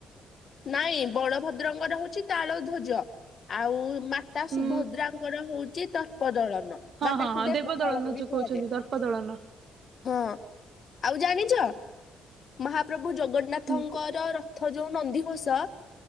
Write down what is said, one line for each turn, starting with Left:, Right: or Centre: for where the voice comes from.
Left: ନାଇଁ ବଳଭଦ୍ରଙ୍ଗର ହଉଛି ତାଳ ଧ୍ୱଜ ଆଉ ମାତା
Right: ହୁଁ
Left: ସୁଭଦ୍ରାଙ୍କର ହଉଛି ଦର୍ପ ଦଳନ।
Right: ହଁ
Left: ବା
Right: ହଁ
Left: ତାକୁ
Right: ହଁ
Left: ଦେ
Right: ଦେବଦଳନ
Left: ବ ଦଳନ
Right: ଯୋଉ
Left: ବି କୁହାଯାଏ।
Right: କହୁଛନ୍ତି ଦର୍ପ ଦଳନ।
Left: ହଁ ଆଉ ଜାଣିଛ? ମହାପ୍ରଭୁ ଜଗନ୍ନାଥଙ୍କର
Right: ହୁଁ
Left: ରଥ ଯୋଉ ନନ୍ଦିଘୋଷ